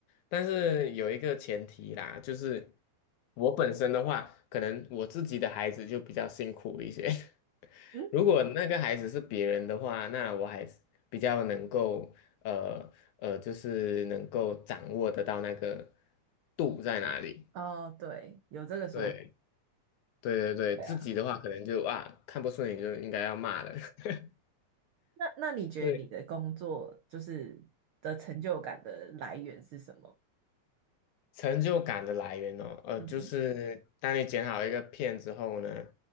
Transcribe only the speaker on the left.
但是有一个前提啦，就是我本身的话，可能我自己的孩子就比较辛苦一些。<laughs>
如果那个孩子是别人的话，那我还是比较能够呃呃，就是能够掌握得到那个度在哪里。
对。对对对，
自己的话可能就啊看不顺眼就应该要骂了。<laughs>
对，成就感的来源哦，呃，
就是当你剪好一个片之后呢，